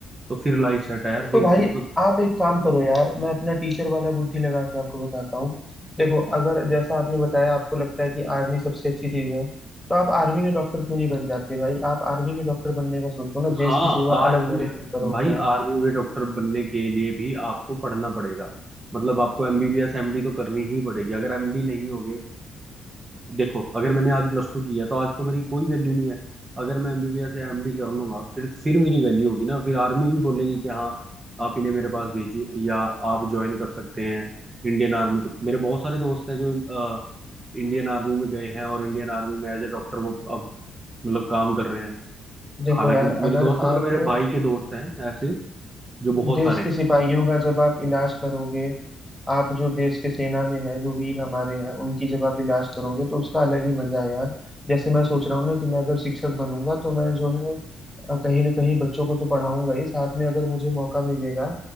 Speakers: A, on the right; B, in the centre.
A: तो फिर लाइफ सेट है यार फिर
B: तो भाई
A: मतलब
B: आप एक काम करो यार मैं अपना टीचर वाला बुद्धि लगा के आपको बताता हूँ देखो अगर जैसा आपने बताया आपको लगता है कि आर्मी सबसे अच्छी चीज है तो आप आर्मी में डॉक्टर क्यों नहीं बन जाते भाई आप आर्मी में डॉक्टर बनने का सोचो ना
A: हाँ
B: देश की सेवा
A: आर्मी
B: अलग लेवल
A: में
B: पे करोगे
A: भाई
B: आप
A: आर्मी में डॉक्टर बनने के लिए भी आपको पढ़ना पड़ेगा मतलब आपको एमबीबीएस एमडी तो करनी ही पड़ेगी अगर एमडी नहीं होगे देखो अगर मैंने आज प्लस टू किया तो आज तो मेरी कोई वैल्यू नहीं है अगर मैं एमबीबीएस या एमडी कर लूंगा फिर फिर मेरी वैल्यू होगी ना फिर आर्मी भी बोलेगी कि हाँ आप इन्हें मेरे पास भेजिए या आप ज्वाइन कर सकते हैं इंडियन आर्मी को मेरे बहुत सारे दोस्त हैं जो अ, इंडियन आर्मी में गए हैं और इंडियन आर्मी में एज ए डॉक्टर वो अब मतलब काम कर रहे हैं
B: देखो
A: हालांकि
B: यार
A: मेरे
B: अगर
A: दोस्त मतलब
B: आप
A: मेरे भाई के दोस्त हैं ऐसे जो बहुत
B: देश
A: सारे
B: के
A: हैं
B: सिपाहियों का जब आप इलाज करोगे आप जो देश के सेना में है जो वीर हमारे हैं उनकी जब आप इलाज करोगे तो उसका अलग ही मजा है यार जैसे मैं सोच रहा हूँ ना कि मैं अगर शिक्षक बनूंगा तो मैं जो है अ, कहीं ना कहीं बच्चों को तो पढ़ाऊंगा ही साथ में अगर मुझे मौका मिलेगा